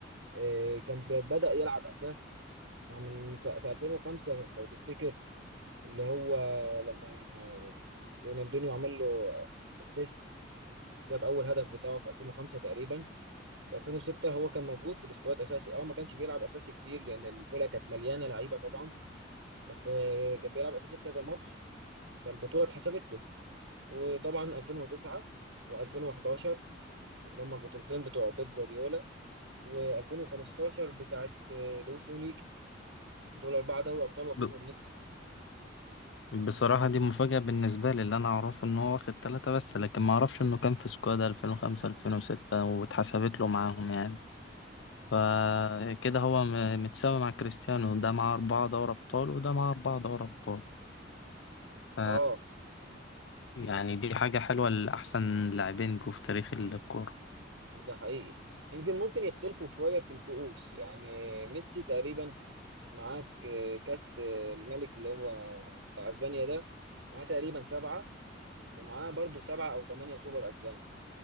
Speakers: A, on the right; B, on the left.
A: آه كان ب- بدأ يلعب اساسي مع من ف- في 2005 لو تفتكر اللي هو لما يعني رونالدينيو عمل له اسيست جاب اول هدف بتاعه في 2005 تقريبا في 2006 هو كان موجود في السكواد اساسي اه ما كانش بيلعب اساسي كتير لان الفرقه كانت مليانه لعيبه طبعا بس آه، كان بيلعب اساسي في كذا ماتش فالبطوله اتحسبت له وطبعا 2009 و2011 اللي هم البطولتين بتوع بيب جوارديولا و2015 بتاعت آه، لويس انريكي دول اربعه دوري ابطال واخدهم
B: له
A: ميسي
B: بصراحة دي مفاجأة بالنسبة لي اللي أنا أعرفه إن هو واخد تلاتة بس لكن ما أعرفش إنه كان في سكواد 2005 2006 واتحسبت له معاهم يعني فكده هو م- متساوي مع كريستيانو ده معاه أربعة دوري أبطال وده معاه أربعة دوري أبطال ف
A: اه
B: يعني دي حاجة حلوة لأحسن لاعبين جو في تاريخ الكورة
A: ده حقيقي يمكن ممكن يختلفوا شويه في الكؤوس يعني ميسي تقريبا معاك آه، كاس آه، الملك اللي هو بتاع اسبانيا ده معاه تقريبا سبعه ومعاه برضو سبعة أو تمانية سوبر أسبان